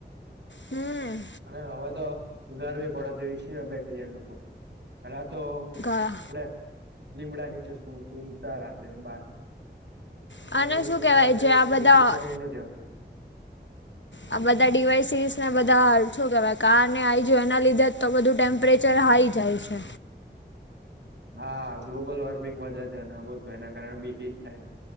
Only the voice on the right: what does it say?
અને હવે તો ગરમી પડે ત એ. સીમાં બેસી જાય લોકો પેલા તો
આપણે લીમડા નીચે ઊઘતા રાત્રે બાર અત્યારે
લોકોને
રાત્રે
એ.
સી સિવાય ઉઘ નથી આવતી.
હા ગ્લોબલ વોર્મિંગ વધે છે અને આ બધ એના કારણે બી હીટ થાય